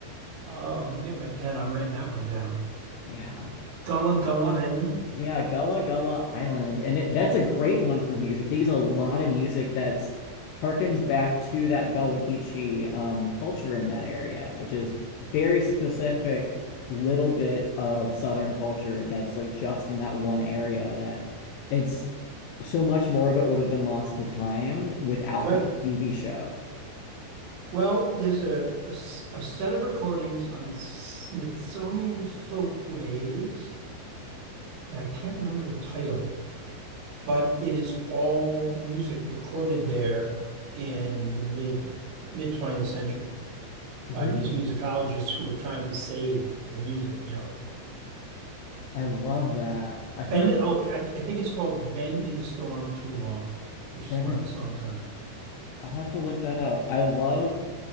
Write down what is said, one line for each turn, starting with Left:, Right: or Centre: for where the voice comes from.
Right: Oh, let me get my pen. I'm writing that one down.
Left: Yeah.
Right: Gullah Gullah Island.
Left: Yeah, Gullah Gullah Island. And it, that's a great one for music. They use a lot of music that's harkens back to that Gullah Geechee um, culture in that area, which is very specific little bit of Southern culture that's like just in that one area that it's so much more of it would have been lost to time without
Right: Right.
Left: the TV show.
Right: Well, there's a, a s- a set of recordings on Smithsonian Folkways, and I can't remember the title, but it is all music recorded there in the mid mid 20th century. by
Left: Really?
Right: these musicologists who were trying to save the music, you know.
Left: I love that. I feel
Right: Ben,
Left: like
Right: oh, I, I think it's called Been in the Storm Too Long, which is
Left: Ben
Right: one
Left: and
Right: of the songs on it.
Left: I'll have to look that up. I love